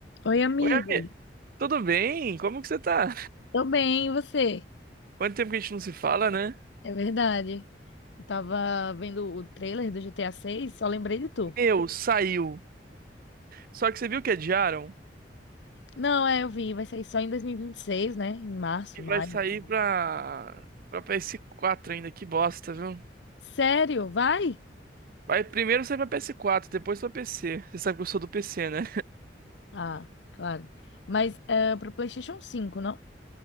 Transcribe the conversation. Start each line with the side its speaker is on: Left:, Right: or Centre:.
Left: Oi, amigo.
Right: Oi, amigo. Tudo bem? Como que você tá?
Left: Tô bem, e você?
Right: Quanto tempo que a gente não se fala, né?
Left: É verdade. Eu tava vendo o trailer do GTA 6, só lembrei de tu.
Right: Meu, saiu. Só que você viu que adiaram?
Left: Não, é, eu vi, vai sair só em 2026, né? Em março,
Right: E
Left: maio.
Right: vai sair
Left: sei lá.
Right: pra, pra PS4 ainda. Que bosta, viu?
Left: Sério? Vai?
Right: Vai primeiro sai pra PS4, depois pra PC. Você sabe que eu sou do PC, né?
Left: Ah, claro. Mas é pro PlayStation 5, não?